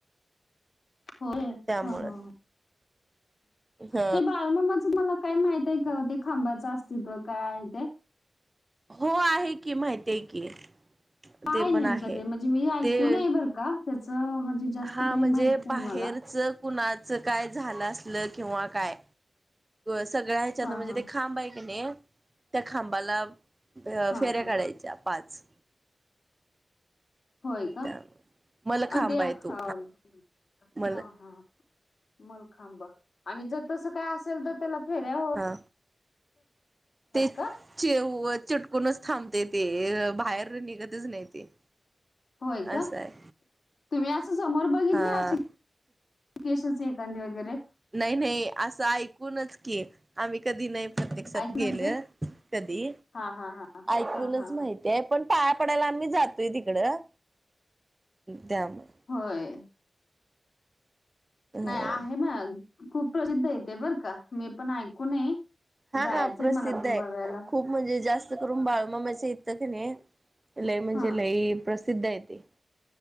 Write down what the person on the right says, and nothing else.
त्यामुळं
ह
हो आहे की माहिती आहे की
ते
पण आहे
ते
हा
म्हणजे
बाहेरच
कुणाचं काय झालं असल किंवा काय सगळ्या ह्याच्याता
म्हणजे
ते खांब आहे काी नाही त्या खांबाला फेऱ्या
काढायच्या पाच
त्या मला खांब
आहे तो
मला
हा तेच
चे उ चिटकूनच थांबते ते बाहेर निघतच नाही ते
असं आहे
हा
नय नय असं ऐकूनच की आम्ही कधी नाही प्रत्यक्षात
गेलं कधी
ऐकूनच
माहिती ते पण पाया पडायला आम्ही जातोय तिकडं त्यामुळे
ह
हा
हा प्रसिद्ध
आहे
खूप म्हणजे जास्त करून बाळमाम्याच इथं की नाही लय म्हणजे
लई प्रसिद्ध आहे ते